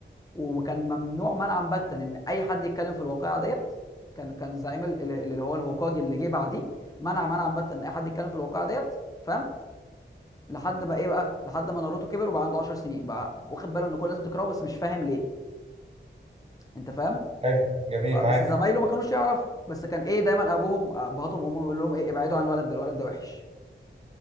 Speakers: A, on the left; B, on the right.
A: وكان ممنوع منعا باتا ان اي حد يتكلم في الواقعه ديت كان كان زعيم ال- ال- اللي هو الهوكاجي اللي جه بعديه منع منعا باتا ان اي حد يتكلم في الواقعه ديت فاهم لحد ما ايه بقى لحد ما ناروتو كبر وبقى عنده 10 سنين بقى واخد باله ان كل الناس بتكرهه بس مش فاهم ليه انت فاهم
B: حلو جميل
A: بس
B: معاك
A: زمايله ما كانوش يعرفوا بس كان ايه دايما ابوهم ابهاتهم وامهم يقول لهم ايه ابعدوا عن الولد ده الولد ده وحش